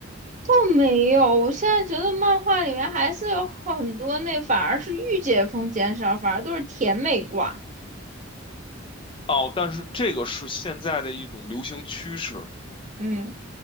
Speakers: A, on the right (about 40°); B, on the left (about 25°).
A: 倒没有，我现在觉得漫画里面还是有很多那反而是御姐风减少，反而都是甜美挂。
B: 哦，但是这个是现在的一种流行趋势。
A: 嗯